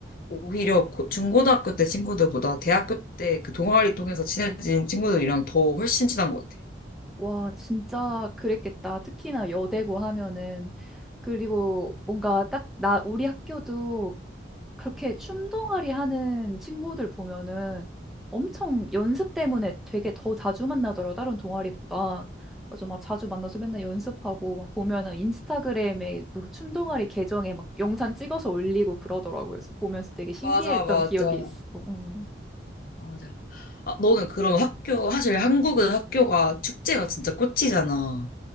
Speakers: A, on the left; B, in the centre.
A: 오히려 고- 중고등학교 때 친구들보다 대학교 때 그 동아리 통해서 친해진 친구들이랑 더 훨씬 친한 것 같아.
B: 와, 진짜 그랬겠다. 특히나 여대고 하면은 그리고 뭔가 딱 나 우리 학교도 그렇게 춤동아리 하는 친구들 보면은 엄청 연습 때문에 되게 더 자주 만나더라고, 다른 동아리보다. 맞아, 막 자주 만나서 맨날 연습하고, 막 보면은 인스타그램에 그 춤동아리 계정에 막 영상 찍어서 올리고 그러더라고요. 그래서 보면서 되게 신기했던
A: 맞아, 맞아.
B: 기억이 있어. 음,
A: 맞아. 아, 너는 그럼 학교, 사실 한국은 학교가 축제가 진짜 꽃이잖아.